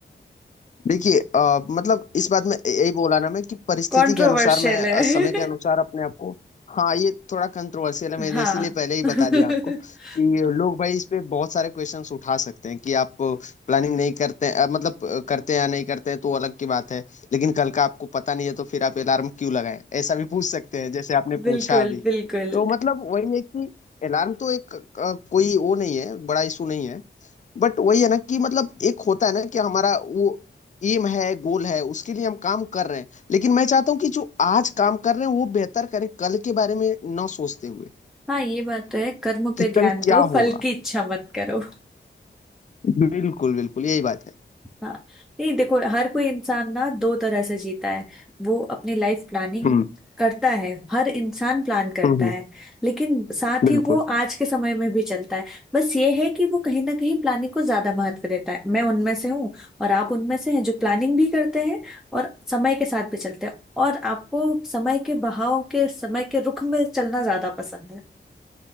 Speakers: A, on the left; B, in the centre.
A: देखिए अ, मतलब इस बात में य- यही बोला ना मैं कि परिस्थिति
B: कंट्रोवर्शियल
A: के अनुसार मैं अ,
B: है
A: समय के अनुसार अपने आप को हाँ ये थोड़ा कंट्रोवर्शियल है
B: <laughs>
A: मैंने
B: हाँ
A: इसीलिए पहले ही
B: <laughs>
A: बता दिया आपको कि लोग भाई इस पे बहुत सारे क्वेश्चंस उठा सकते हैं कि आप प्लानिंग नहीं करते हैं अ, मतलब अ, करते हैं या नहीं करते हैं तो अलग की बात है लेकिन कल का आपको पता नहीं है तो फिर आप अलार्म क्यों लगाएं ऐसा भी पूछ सकते हैं जैसे आपने
B: बिल्कुल
A: पूछा अभी
B: बिल्कुल
A: तो मतलब वही है कि अलार्म तो एक अ, कोई वो नहीं है बड़ा इशू नहीं है बट वही है ना कि मतलब एक होता है ना कि हमारा वो एम है गोल है उसके लिए हम काम कर रहे हैं लेकिन मैं चाहता हूँ कि जो आज काम कर रहे हैं वो बेहतर करें कल के बारे में ना सोचते हुए
B: हाँ ये बात तो है कर्म पे
A: कि कल
B: ध्यान
A: क्या
B: दो फल
A: होगा
B: की इच्छा मत करो
A: बिल्कुल बिल्कुल यही बात है
B: हाँ नहीं देखो हर कोई इंसान ना दो तरह से जीता है वो अपनी लाइफ प्लानिंग
A: हम्म
B: करता है हर इंसान प्लान करता
A: हम्म हम्म,
B: है लेकिन साथ
A: बिल्कुल
B: ही वो आज के समय में भी चलता है बस ये है कि वो कहीं ना कहीं प्लानिंग को ज्यादा महत्व देता है मैं उनमें से हूँ और आप उनमें से हैं जो प्लानिंग भी करते हैं और समय के साथ भी चलते हैं और आपको समय के बहाव के समय के रुख में चलना ज्यादा पसंद है